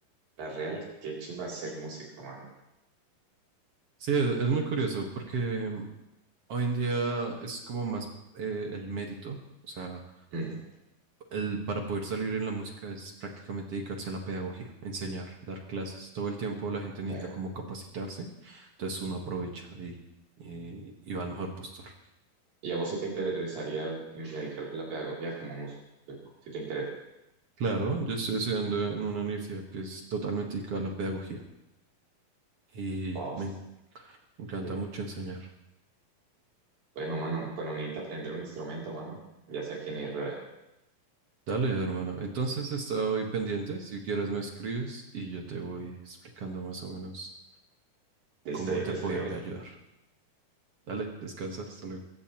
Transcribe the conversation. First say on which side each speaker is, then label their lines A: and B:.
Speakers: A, on the right; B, on the right.
A: La real, qué chimba ser músico, mano.
B: Sí, es, es muy curioso porque hoy en día es como más eh, el mérito, o sea,
A: Ujú,
B: el- para poder salir en la música es prácticamente dedicarse a la pedagogía, enseñar, dar clases. Todo el tiempo la gente necesita
A: ya.
B: como capacitarse, entonces uno aprovecha y, y, y va al mejor postor.
A: ¿Y a vos si te interesaría en dedicarte a la pedagogía como músico? Si te interesa.
B: Claro, yo estoy estudiando en una universidad que es totalmente dedicada a la pedagogía y
A: Oh,
B: me en- encanta
A: ya.
B: mucho enseñar.
A: Bueno, mano, cuando necesitas aprender un instrumento, mano, ya sé a quién ir, brother.
B: Dale, hermano. Entonces estoy pendiente. Si quieres me escribes y yo te voy explicando más o menos
A: Listo,
B: cómo
A: ya
B: te
A: te escribo.
B: podría ayudar. Dale, descansa. Hasta luego.